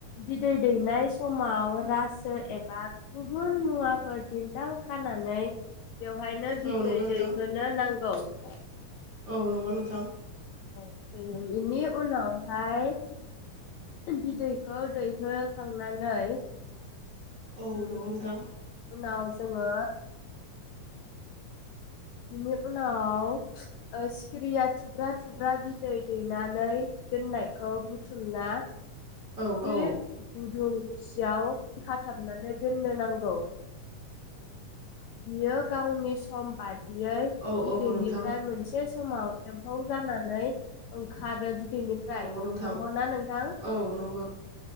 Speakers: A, on the left (about 80°); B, on the right (about 45°).
A: बिदै दैनाय समाव रासो एबा गुबुन मुवाफोर दिन्न्दां खानानै बेवहायनो बिदै
B: औ नंगौ नोंथां
A: दै होनो नांगौ। <unintelligible>
B: औ नंगौ नोंथां
A: औ दैयो इनि उनाव फाय बिदैखौ दैहो खांनानै
B: औ
A: उम
B: नंगौ नोंथां
A: उनाव जोङो बिनि उनाव ओ सिखिरिया थुब्रा थुब्रा बिदै दैना नै दोननायखौ बु थुमना इस्रि
B: औ औ
A: गुदुं सियाव खाथाबनानै दोननो नांगौ बियो गावनि सम बा दियै
B: औ
A: बिदैनिफ्राय
B: औ नोंथां
A: मोनसे समाव एम्फौ जानानै ओंखारो बि दैनिफ्राय
B: नंगौ नोंथां
A: नंगौना नोंथां?
B: औ नंगौ